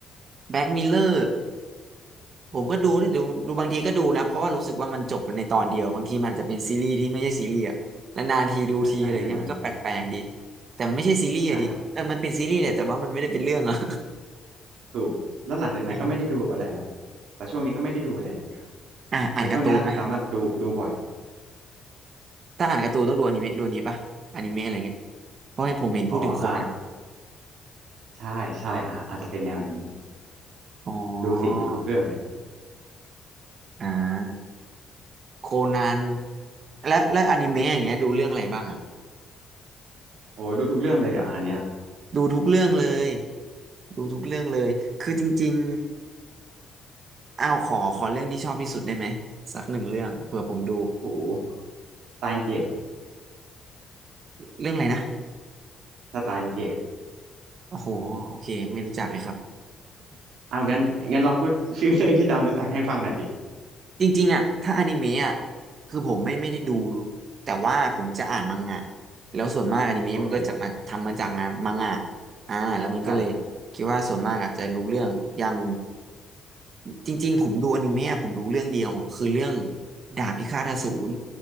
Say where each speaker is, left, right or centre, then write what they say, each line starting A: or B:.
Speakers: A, on the right (about 50°); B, on the right (about 80°).
A: แบ็กมิเลอร์ ผมก็ดูนี่ดูดูบางทีก็ดูนะเพราะว่ารู้สึกว่ามันจบในตอนเดียวบางทีมันอาจจะเป็นซีรีส์ที่ไม่ใช่ซีรีส์อะแล้วนานทีดูทีอะไรเงี้ยมันก็แปลกๆดี
B: ใช่ใช่ในนั้น
A: แต่มันไม่ใช่ซีรีส์อะดิเออมันเป็นซีรีส์แหละแต่ว่ามันไม่ได้เป็นเรื่องอะ
B: ใช่ครับถูกแล้วหลังจากนั้นก็ไม่ได้ดูอะไรแล้ว
A: <laughs> อืม
B: แต่ช่วงนี้ก็ไม่ได้ดูอะไรเลยครับ
A: อ่าอ่านการ์ตูนไหม
B: แต่ช่วงเนี้ยดราม่าดูดูบ่อย
A: ถ้าอ่านการ์ตูนต้องดูอนิเมะดูอันนี้ปะอนิเมะอะไรเงี้ยเพราะให้ผมเห็นพูดถึงคนอ่ะ
B: อ๋ออ่าใช่ใช่อ่าอาจจะเป็นแนวนี้
A: อ๋อ
B: ดูสิดูทุกเรื่องเลย
A: อ่าโคนันและและอนิเมะอย่างเงี้ยดูเรื่องอะไรบ้างอะ
B: โอ้ดูทุกเรื่องเลยอ่ะอันเนี้ย
A: ดูทุกเรื่องเลยดูทุกเรื่องเลยคือจริง อ้าวขอขอเรื่องที่ชอบที่สุดได้ไหมสักหนึ่งเรื่องเผื่อผมดู
B: โหสไตน์เกต
A: เรื่องอะไรนะ
B: สไตน์เกต
A: โอ้โหโอเคไม่รู้จักเลยครับ
B: เอางั้นงั้นลองพูด <laughs> ชื่อเรื่องที่ดาวรู้จักให้ฟังหน่อยสิ
A: จริงๆอ่ะถ้าอนิเมะอ่ะคือผมไม่ไม่ได้ดูแต่ว่าผมจะอ่านมังงะแล้วส่วนมากอนิเมะมันก็จะมาทำมาจากงานมังงะ
B: โอเค
A: อ่าแล้วมันก็เลยคิดว่าส่วนมากอ่ะจะรู้เรื่องอย่าง
B: ใช่
A: จริงๆผมดูอนิเมะผมดูเรื่องเดียวคือเรื่องดาบพิฆาตอสูร